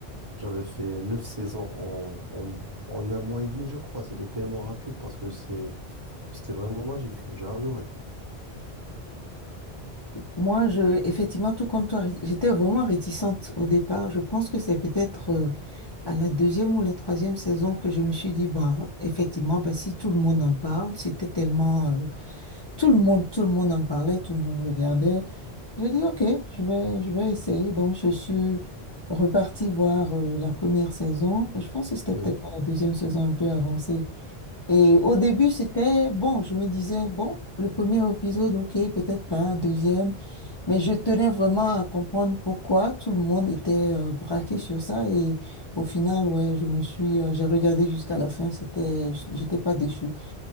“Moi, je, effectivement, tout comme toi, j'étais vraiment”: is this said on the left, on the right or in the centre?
Left